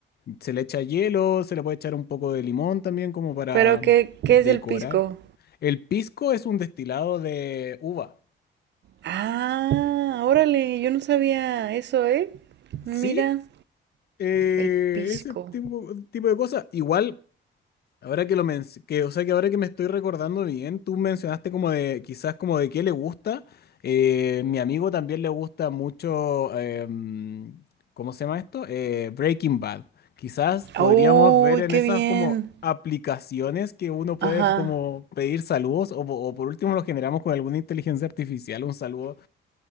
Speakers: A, on the left; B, on the right.
A: Se le echa hielo, se le puede echar un poco de limón también como para
B: Pero, ¿qué,
A: decorar.
B: qué es el pisco?
A: El pisco es un destilado de uva.
B: Ah, órale, yo no sabía eso, ¿eh? Mira,
A: ¿Sí? eh,
B: el pisco.
A: ese tipo, tipo de cosas. Igual Ahora que lo men- que, o sea que ahora que me estoy recordando bien, tú mencionaste como de, quizás como de qué le gusta. Eh, mi amigo también le gusta mucho, eh, mm, ¿cómo se llama esto? Eh, Breaking Bad. Quizás podríamos
B: Uy,
A: ver en
B: qué
A: esas
B: bien.
A: como aplicaciones que uno puede
B: Ajá.
A: como pedir saludos o, po- o por último lo generamos con alguna inteligencia artificial, un saludo